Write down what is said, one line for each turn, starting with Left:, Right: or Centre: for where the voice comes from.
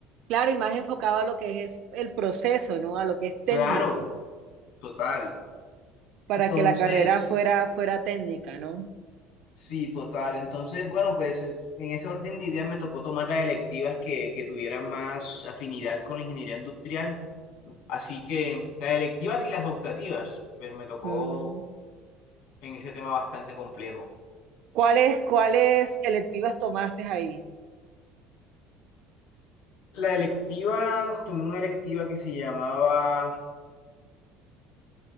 Right: claro, y más enfocado a lo que es el proceso, ¿no? A lo que es técnico.
Left: Claro, total.
Right: para
Left: Entonces,
Right: que la carrera fuera, fuera técnica, ¿no?
Left: Sí, total. Entonces, bueno, pues en en ese orden de ideas me tocó tomar las electivas que, que tuvieran más afinidad con la ingeniería industrial. Así que las electivas y las optativas, pues me tocó
Right: Mm.
Left: en ese tema bastante complejo.
Right: ¿Cuáles, cuáles electivas tomaste ahí?
Left: La electiva, tomé una electiva que se llamaba